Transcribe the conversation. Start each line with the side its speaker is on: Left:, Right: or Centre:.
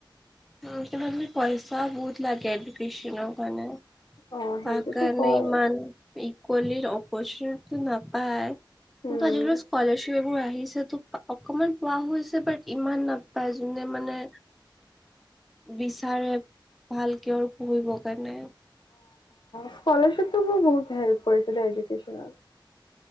Centre: পইচা বহুত লাগে এডুকেশ্যনৰ কাৰণে
Left: অ সেইটোতো
Centre: পাকা
Left: হয়
Centre: নে ইমান ইকুৱেলিৰ অপৰচটটো নাপায় কিন্তু
Left: উম
Centre: আজিকালি স্কালাৰশিপ এইবোৰ আহে আহিছে তো অকমান পোৱা হৈছে বাট ইমান নাপায় যোনে মানে বিচাৰে ভালকে আৰু পুহিবৰ কাৰণে
Left: স্কলাৰশিপটো মোৰ বহুত হেল্প কৰিছিল এডুকেশ্বনত।